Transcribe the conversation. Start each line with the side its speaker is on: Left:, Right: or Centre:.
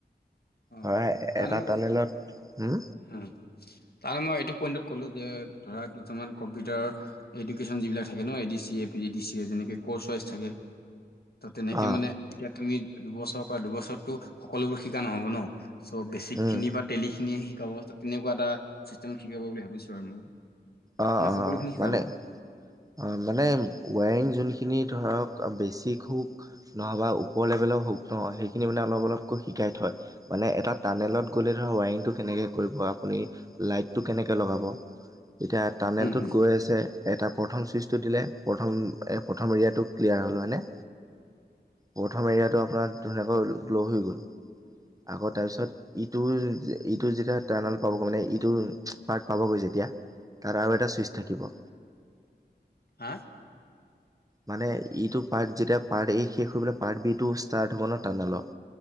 Left: অঁ,
Right: ধৰা
Left: জান
Right: এটা
Left: মোৰ কথা,
Right: টানেলত হম
Left: উম। তাৰ মই এইটো পইন্টত কলো যে ধৰা কিছুমান কম্পিউটাৰ এডুকেশ্যন যিবিলাক থাকে ন A D C, A P G D C A যেনেকে কৰ্চ ৱাইচ থাকে। ত' তেনেকে
Right: অ
Left: মানে এতিয়া তুমি দুবছৰ কৰা দুবছৰত টো সকলোবোৰ শিকা নহ'ব ন। চ' বেচিক
Right: উম
Left: খিনি বা তেলি খিনিয়ে শিকাব তেনেকুৱা এটা চিষ্টেমত শিকাব বুলি ভাবিছো আৰু মই।
Right: অহ
Left: মানে
Right: অহ
Left: সকলোখিনি শিকাব
Right: মানে অঁ মানে ৱায়ৰিং যোনখিনি ধৰক অঁ বেছিক হোক নহ'বা ওপৰ লেভেলও হওঁক নহ সেইখিনি মানে অলপ অলপকৈ শিকাই থয়। মানে এটা টানেলত গ'লে ধৰা ৱাৰিঙ কেনেকে কৰিব আপুনি লাইটটো কেনেকে লগাব। এতিয়া টানেলটোত
Left: হম হম
Right: গৈ গৈছে এটা প্ৰথম চুইচটো দিলে প্ৰথম এ প্ৰথম এৰিয়াটো ক্লিয়াৰ হ'ল, হয়নে? প্ৰথম এৰিয়াটো আপোনাৰ ধুনীয়াকৈ গ্ল' হৈ গ'ল, আকৌ তাৰপিছত ইটো ইটো যেতিয়া টাৰনল পাবগে মানে ইটো পাৰ্ট পাবগৈ যেতিয়া তাৰ আৰু এটা চুইচ থাকিব।
Left: হা?
Right: মানে ইটো পাৰ্ট যেতিয়া পাৰ্ট এ শেষ হৈ পেলাই, পাৰ্ট বি টো ষ্টাৰ্ট হ'ব ন টানেলৰ